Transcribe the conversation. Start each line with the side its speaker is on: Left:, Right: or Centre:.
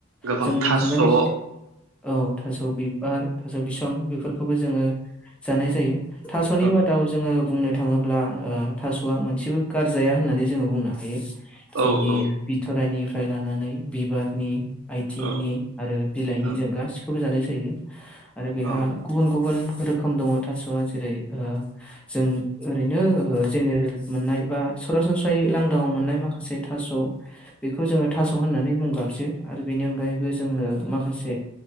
Right: गोबां
Centre: जों मिथिंगानि
Right: थास'
Centre: बि
Right: औ
Centre: औ थास' बिबार थास' बिसां बे फोरखौबो जोङो जानाय जायो। थास'नि
Right: औ
Centre: मादाव जोङो बुंनो थां थाङोब्ला ओ थास'आ मोनसेबो गारजाया होननानै जोङो बुंनो हायो। बिनि
Right: औ औ
Centre: बिथराइनिफ्राय लानानै बिबारनि आइथिंनि
Right: औ
Centre: आरो बिलाइनि
Right: औ
Centre: जों
Right: औ
Centre: गासिखौबो जानाय जायो आरो बेहा
Right: औ
Centre: गुबुन गुबुन थ'आ जेरै जों ओरैनो जेनेरेल मोननाय बा सरासनस्रायै लांदांव मोननाय माखासे थास' बेखौ जोङो थास' होननानै मुं गाबसो आरो बेनि अनगायैबो जोङो माखासे